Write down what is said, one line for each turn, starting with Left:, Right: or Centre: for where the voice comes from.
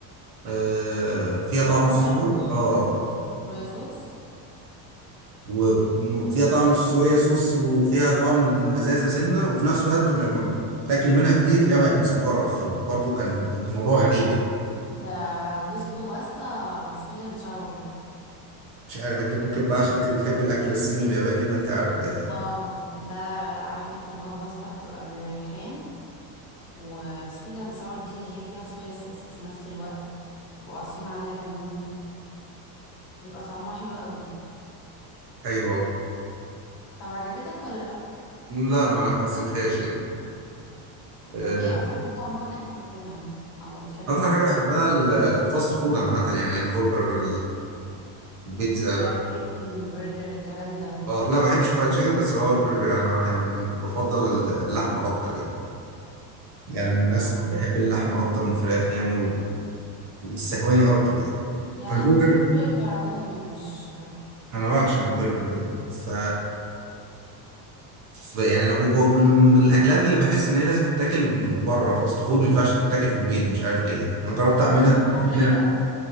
Right: آه، فيها طعم
Left: اخضر
Right: الصور
Left: مش
Right: اه
Left: آه، مش صويا صوص
Right: وفيها طعم الصويا صوص وفيها طعم المزازه سنه وفي نفس الوقت لما تاكلي منها كتير تلاقيها بقت مسكره فبرضه كان الموضوع غريب يعني
Left: ده بيستو باستا سويت اند ساور
Right: مش عارف انت ممكن بقى عشان انت بتحبي الاكل الصيني والياباني فانت عارفه يعني
Left: اه ده عارف انت اللي هو باستا بتبقى بالريحان وسويت ساور دي اللي هي فيها صويا صوص وفي نفس الوقت بيبقوا عصرين عليها ليمون بيبقى طعمها حلو قوي
Right: ايوه
Left: طب عجبتك ولا لا
Right: لا ما حسيتهاش يعني آه،
Left: طب ايه اكتر حاجة عموما انت بتاكلها او بتحب
Right: اكتر
Left: ان
Right: حاجه
Left: انت
Right: بحبها ال- الفاست فود عامه يعني البرجر البيتزا
Left: فرايد تشيكن برجر الكلام ده
Right: اه لا ما بحبش فرايد تشيكن بس هو البرجر يعني انا يعني بفضل اللحمه اكتر يعني يعني من الناس
Left: اه
Right: اللي بحب اللحمه اكتر من الفراخ يعني وال- وبتستهواني اكتر يعني
Left: يعني
Right: فالبرجر
Left: انت بتحب البرجر عموما مش
Right: انا بعشق البرجر يعني ف ف- يعني وب- وب- من الاكلات اللي بحس ان هي لازم تتاكل بره فاست فود ما ينفعش تتاكل في البيت مش عارف ليه يعني انا جربت اعملها
Left: ده دي حقيقة
Right: مع اني